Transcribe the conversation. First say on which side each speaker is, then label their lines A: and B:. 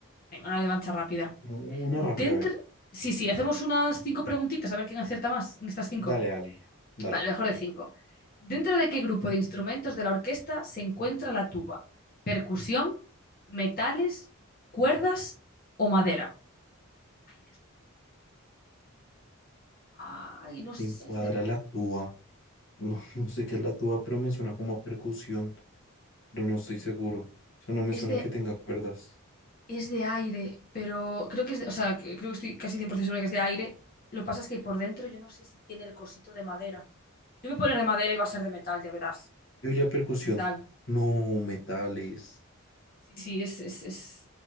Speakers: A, on the left (about 40°); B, on the left (about 55°).
A: Venga, una revancha rápida.
B: U- Una
A: Dentro.
B: rápida, a ver.
A: Sí, sí, hacemos unas cinco preguntitas a ver quién acierta más en estas cinco.
B: Dale, Ali. Dale.
A: Vale, mejor de cinco. ¿Dentro de qué grupo de instrumentos de la orquesta se encuentra la tuba? ¿Percusión, metales, cuerdas o madera? Ay, yo estoy- Ay, no sé
B: Te encuadra
A: si es de... ma-
B: la tuba. No, <laughs> no sé qué es la tuba, pero me suena como a percusión, pero no estoy seguro. Eso no me
A: Es
B: suena
A: de,
B: que tenga cuerdas.
A: es de aire, pero creo que es de- O sea, que- creo que estoy casi 100% segura que es de aire. Lo que pasa es que por dentro yo no sé si tiene el cosito de madera. Yo voy a poner de madera y va a ser de metal, ya verás.
B: Yo diría percusión.
A: Metal.
B: No, metales.
A: Sí, sí, es, es, es-